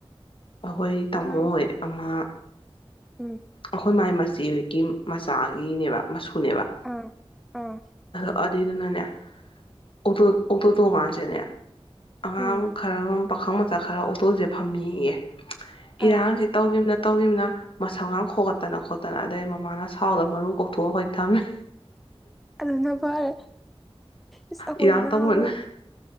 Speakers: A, on the left; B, in the centre.
A: ꯑꯩꯈꯣꯏ ꯇꯝꯃꯣꯏ
B: ꯑꯉꯥꯡ
A: ꯑꯃ
B: ꯎꯝ
A: ꯑꯩꯈꯣꯏ ꯃꯥꯏ ꯆꯦ ꯍꯀꯤ ꯃꯆꯥꯒꯤꯅꯦꯕ ꯃꯁꯨꯅꯦꯕ
B: ꯑꯥ ꯑꯥ
A: ꯑꯗꯨꯏꯗꯨꯅꯅꯦꯇ ꯑꯣꯇꯣ ꯇꯣꯀꯥꯟꯁꯤꯦꯅꯦ ꯑꯉꯥꯡ
B: ꯎꯝ
A: ꯈꯔ ꯄꯥꯈꯪ ꯃꯆꯥ ꯈꯔ ꯑꯣꯇꯣꯜꯁꯦ ꯐꯝꯃꯤꯌꯦ ꯏꯔꯥꯡꯁ
B: ꯑꯥ
A: ꯇꯧꯈꯤꯕ ꯅꯠꯇ ꯇꯧꯈꯤꯕꯅ ꯃꯁꯝꯒꯥꯡ ꯈꯣꯒꯠꯇꯅ ꯈꯣꯠꯇ ꯠꯇꯅ ꯑꯗꯩ ꯃꯃꯥꯅ ꯁꯥꯎꯗ ꯃꯔꯨ ꯀꯧꯊꯣꯛꯑ ꯍꯣꯏ ꯊꯝꯃꯤ
B: ꯑꯗꯨꯅ ꯐꯔꯦ ꯏꯁ ꯑꯩꯈꯣꯏꯗꯤ
A: ꯏꯔꯥꯡ
B: ꯅꯍꯥꯜꯂꯣꯏ
A: ꯇꯧꯕꯅ